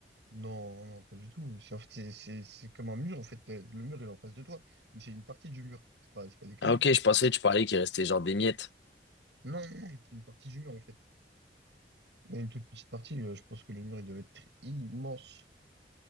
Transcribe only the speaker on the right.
Non, non, pas du tout. C'est en fait, c'est c'est- c'est comme un mur. En fait, euh, le mur, il est en face de toi, mais c'est une partie du mur. C'est pas, c'est pas des cailloux.
Non, non, non, c'est une partie du mur, en fait. Mais une toute petite partie, euh, je pense que le mur, il devait être immense.